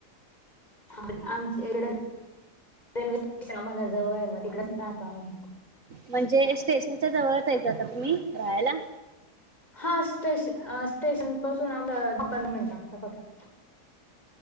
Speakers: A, on the left; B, on the right.
A: आमच ए रेल्वे स्टेशन आम्हाला जवळ आहे मग तिकडेच राहतो आम्ही
B: म्हणजे स्टेशनच्या जवळच यायच का तुम्ही राहायला
A: हा स्टेशन स्टेशन पासून आम्हाला दहा पंधरा मिनिट लागतातता